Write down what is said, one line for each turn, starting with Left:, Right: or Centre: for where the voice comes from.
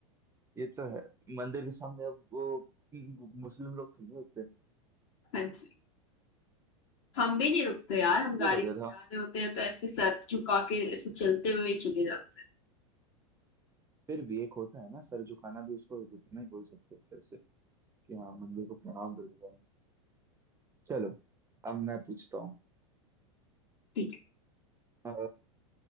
Right: ये तो है मंदिर के सामने अब वो म- मुस्लिम लोग खड़े होते हैं
Left: हाँ जी हम भी नहीं रुकते यार हम गाड़ी
Right: ये बढ़िया
Left: से जा
Right: था
Left: रहे होते हैं तो ऐसे सर झुका के ऐसे चलते हुए ही चले जाते हैं
Right: फिर भी एक होता है ना सर झुकाना भी उसको उतना ही बोल सकते हैं फिर से कि हाँ मंदिर को प्रणाम करके जाना चलो अब मैं पूछता हूँ
Left: ठीक है
Right: अ,